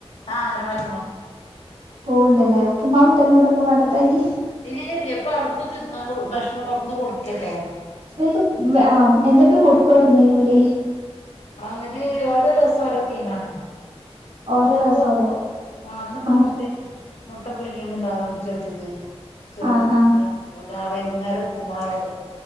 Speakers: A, on the left; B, on the right.
A: ആഹ അങ്ങനവാടി പോണ്ട്
B: പോവ്ണ്ട്ല്ലേ ഉപ്പുമാവ് കിട്ടല് ഉണ്ടോ ഇപ്പോ പണ്ടത്തെ മാരി.
A: ഇല്ല ഇല്ല ഇപ്പൊ അവിടുന്ന്തിന്നാ ഭക്ഷണം അവിടുന്ന് കൊടുക്കല്ലേ
B: ഓൽക്ക് ഉം ആ എന്തൊക്കെ കൊടുക്കും അവിടെന്ന് ഓൽ.
A: അവർ ഓരോ ദിവസം ഒരോ തീമാണ്.
B: ഓരോ
A: ഇന്ന്പ്പോ
B: ദിവസം
A: പ്പോ
B: ഓരോ
A: ആ ഇന്ന്പ്പോ
B: ആഹ്
A: മുട്ടണ്. മുട്ട പുഴ്‌ങ്ങിയത് ഇണ്ടാവും അത്‌ തൊലിച്ചു കൊട്ത്ത്ക്ക്ണു ചോറ്
B: ആഹ് ആഹ്
A: ഓലെ ആ വൈകുന്നേരം ഉപ്പ്മാവല്.